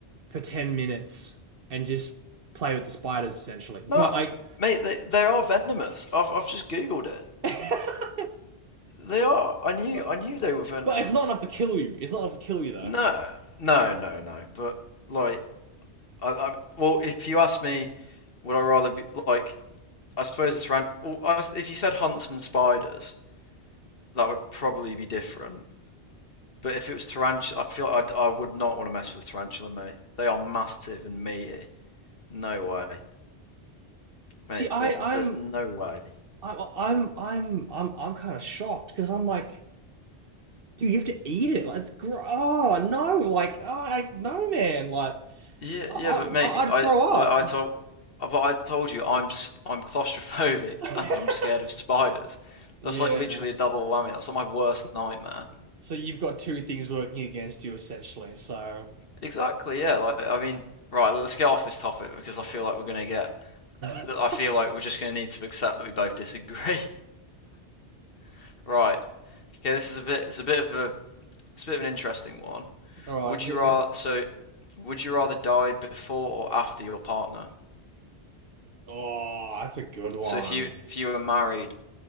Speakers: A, on the right (about 55°); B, on the left (about 55°).
A: for ten minutes and just play with the spiders essentially. But
B: No,
A: I.
B: mate, they they are venomous. I've I've just googled it.
A: <laughs>
B: They are. I knew
A: But
B: I knew they were venomous.
A: but it's not enough to kill you. It's not enough to kill you though.
B: No, no, no, no. But like, I, I well, if you ask me, would I rather be like? I suppose it's ran. Well, I, if you said huntsman spiders, that would probably be different. But if it was tarantula, I feel like I'd, I would not want to mess with tarantula, mate. They are massive and meaty. No way, mate.
A: See, I,
B: There's there's
A: I'm,
B: no way.
A: I'm, I'm, I'm, I'm, I'm kind of shocked because I'm like, dude, you have to eat it. Like, it's gr oh no, like, oh, I no, man, like,
B: Yeah,
A: I,
B: yeah,
A: I,
B: but
A: would-
B: mate,
A: I- I'd
B: I
A: throw
B: like
A: up.
B: I told, but I told you I'm s- I'm claustrophobic
A: <laughs>
B: <laughs> and I'm scared of spiders.
A: Yeah.
B: That's like literally a double whammy. That's like my worst nightmare.
A: So you've got two things working against you essentially. So,
B: Exactly, yeah. Like, I mean, right, let's get off this topic because I feel like we're going to get.
A: <laughs>
B: I
A: all
B: feel like we're just going to need to accept that we both disagree. <laughs> right. Okay, this is a bit. It's a bit of a. It's a bit of an interesting one.
A: right,
B: Would
A: hit
B: you rather?
A: me.
B: So, would you rather die before or after your partner?
A: Oh, that's a good one.
B: So, if you if you were married,